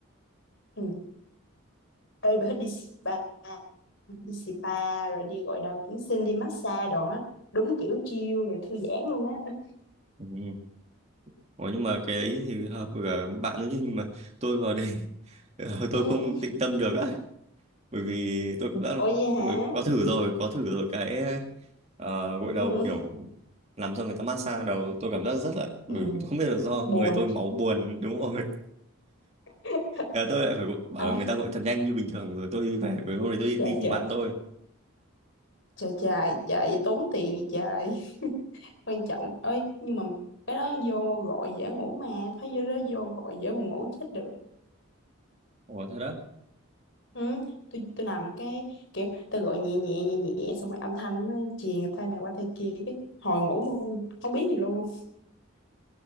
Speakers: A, on the left; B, on the right.
A: Ừ. Ê, bà thích đi spa, đi spa rồi đi gội đầu dưỡng sinh, đi massage đồ á. Đúng kiểu chill rồi thư giãn luôn á.
B: ừ. Ủa, nhưng mà cái ấy thì hợp với cả bạn nữa chứ nhưng mà tôi vào đây Ờ, tôi
A: Ừ.
B: không tịnh tâm được á bởi vì tôi cũng đã
A: Ủa vậy
B: bởi,
A: hả?
B: có thử rồi có thử rồi cái ờ, gội
A: Ừ.
B: đầu kiểu làm xong người ta massage đầu tôi cảm giác rất là bởi
A: ừ,
B: vì tôi không biết là do
A: buồn
B: người tôi máu buồn đúng rồi <laughs>
A: <laughs>
B: Thế là tôi lại phải gọi- bảo
A: à,
B: người ta gội thật nhanh như bình thường rồi tôi đi về bởi hôm nay tôi
A: trời
B: đi cùng
A: trời
B: bạn tôi
A: trời trời trời tốn tiền vậy trời <laughs> quan trọng ơi nhưng mà cái đó vô gọi dễ ngủ mà thấy vô đó vô gọi dễ buồn ngủ chết được
B: ủa thật đó
A: ừ, tôi tôi nằm cái kiểu tôi gọi nhẹ nhẹ nhẹ nhẹ xong rồi âm thanh nó truyền tay này qua tay kia cái hồi ngủ luôn không biết gì luôn